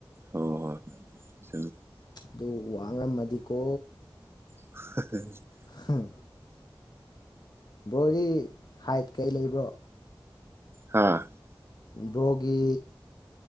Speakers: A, on the right (about 30°); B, on the left (about 50°).
A: ꯍꯣꯏ ꯍꯣꯏ ꯍꯣꯏ ꯊ
B: ꯑꯗꯨ ꯋꯥꯉꯝꯃꯗꯤꯀꯣ
A: <inaudible>
B: ꯍꯝ ꯕ꯭ꯔꯣꯗꯤ ꯍꯥꯏꯠ ꯀꯩ ꯂꯩꯕ꯭ꯔꯣ
A: ꯍꯥꯥ
B: ꯕ꯭ꯔꯣꯒꯤ